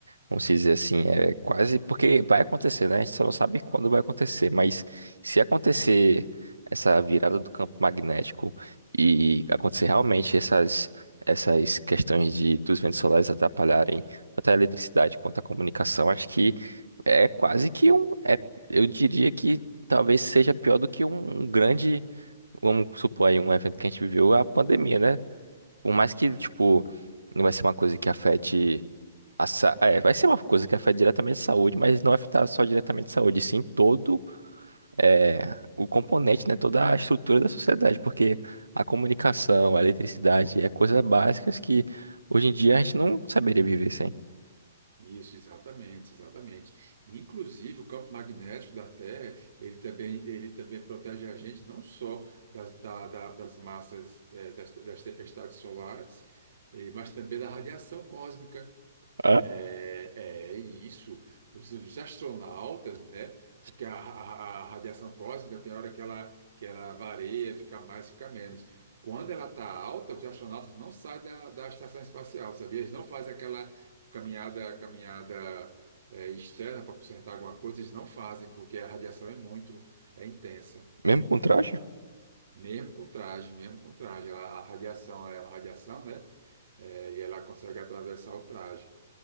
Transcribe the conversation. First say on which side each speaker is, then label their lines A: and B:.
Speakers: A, on the right; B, on the right.
A: vamos dizer assim, é quase porque vai acontecer, né? A gente só não sabe quando vai acontecer, mas se acontecer essa virada do campo magnético e acontecer realmente essas essas questões de dos ventos solares atrapalharem tanto a eletricidade quanto a comunicação, acho que é quase que um, é, eu diria que talvez seja pior do que um um grande Vamos supor aí um evento que a gente viveu, a pandemia, né? Por mais que,
B: É,
A: tipo, não vai ser uma coisa que afete a sa... é, vai ser uma coisa que afete diretamente a saúde, mas não vai afetar só diretamente a saúde, sim todo é, o componente, né, toda a estrutura da sociedade, porque a comunicação, a eletricidade, é coisas básicas que hoje em dia a gente não saberia viver sem.
B: Isso, exatamente, exatamente. Inclusive, o campo magnético da Terra, ele também, ele também protege a gente não só das, da- da- das massas, eh, das, das tempestades solares, eh, mas também da radiação cósmica.
A: Ah,
B: É, é isso, os, os astronautas, né? Porque a, a- a radiação cósmica tem hora que ela, que ela varia, fica mais, fica menos. Quando ela está alta, os astronautas não saem da, da estação espacial, sabia? Eles não fazem aquela caminhada, caminhada é, externa para consertar alguma coisa, eles não fazem, porque a radiação é muito, é intensa.
A: mesmo com traje?
B: E Mesmo com traje, mesmo com traje, a, a radiação é uma radiação, né? É, e ela consegue atravessar o traje.